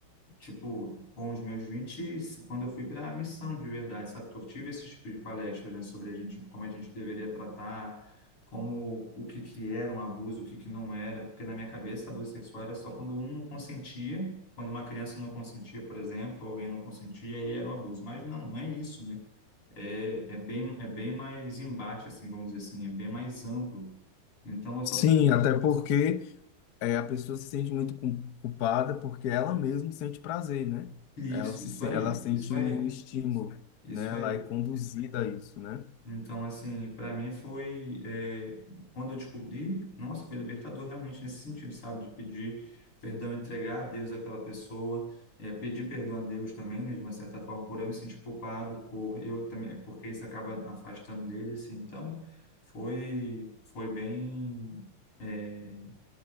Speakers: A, on the left (about 85°); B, on the left (about 60°).
A: tipo, com os meus 20 e- quando eu fui para a missão de verdade, sabe? que eu tive esse tipo de palestra, né? Sobre a gente, como a gente deveria tratar, como o que que era um abuso, o que que não era. Porque na minha cabeça, abuso sexual era só quando um não consentia, quando uma criança não consentia, por exemplo, ou alguém não consentia, aí era um abuso. Mas não, não é isso, né? é, é bem, é bem mais embaixo, assim, vamos dizer assim, é bem mais amplo. Então, eu só
B: Sim,
A: fui...
B: até porque é, a pessoa se sente muito cu- culpada porque ela mesma sente prazer, né?
A: Isso,
B: Ela se,
A: isso
B: sen-
A: aí,
B: ela sente
A: isso aí,
B: o estímulo,
A: isso
B: né? Ela
A: aí.
B: é conduzida a isso, né?
A: Então, assim, para mim foi, é, quando eu descobri, nossa, foi libertador realmente nesse sentido, sabe? De pedir perdão, entregar a Deus aquela pessoa, é, pedir perdão a Deus também, né? De uma certa forma, por eu me sentir culpado, por eu também, porque isso acaba afastando dele, assim. Então, foi, foi bem, é,